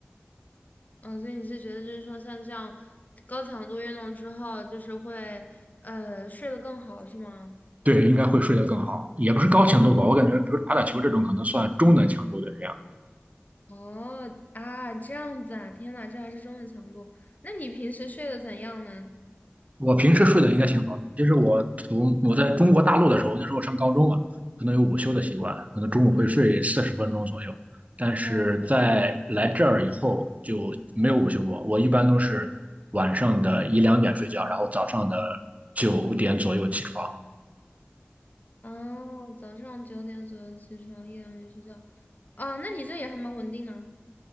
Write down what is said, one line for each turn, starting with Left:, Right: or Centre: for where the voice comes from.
Left: 嗯，所以你是觉得就是说像这样高强度运动之后，就是会呃睡得更好是吗？
Right: 对，应该会睡得更好。也不是高强度吧，我感觉比如打打球这种可能算中等强度的这样。
Left: 哦啊，这样子啊，天呐，这还是中等强度。那你平时睡得怎样呢？
Right: 我平时睡得应该挺好的，其实我从我在中国大陆的时候，那时候上高中嘛，可能有午休的习惯，可能中午会睡四十分钟左右。但是在来这儿以后就没有午休过，
Left: 哦
Right: 我一般都是晚上的一两点睡觉，然后早上的九点左右起床。
Left: 哦，早上九点左右起床，一两点睡觉。啊，那你这也还蛮稳定呢。